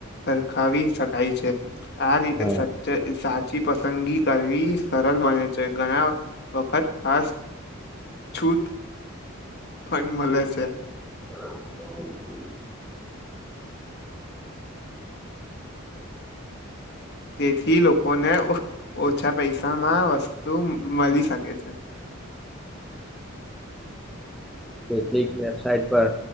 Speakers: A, on the left; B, in the centre.
A: સરખાવી શકાય છે. આ રીતે
B: હા
A: સ સાચી પસંદગી કરવી સરળ બને છે. ઘણા વખત ખાસ છૂત પણ મળે છે.
B: <inaudible>
A: તેથી લોકોને ઓ ઓછા પૈસા માં વસ્ તુ મળી શકે છે.
B: કેટલીક વેબસાઇટ પર